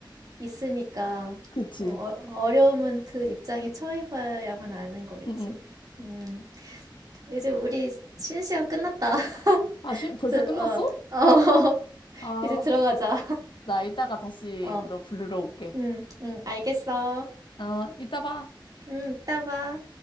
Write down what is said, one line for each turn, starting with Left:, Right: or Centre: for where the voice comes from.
Right: 있으니까,
Left: 그치?
Right: 또 어, 어려움은 그 입장에 처해봐야만 아는 거겠지.
Left: 응응.
Right: 음. 이제 우리 쉬는 시간 끝났다. <laughs>
Left: 아, 시, 벌써
Right: 드,
Left: 끝났어?
Right: 어, 어, <laughs>
Left: 아,
Right: 이제 들어가자. <laughs>
Left: 나 이따가 다시
Right: 어,
Left: 너 부르러 올게.
Right: 응, 응, 알겠어.
Left: 어, 이따 봐.
Right: 응, 이따 봐.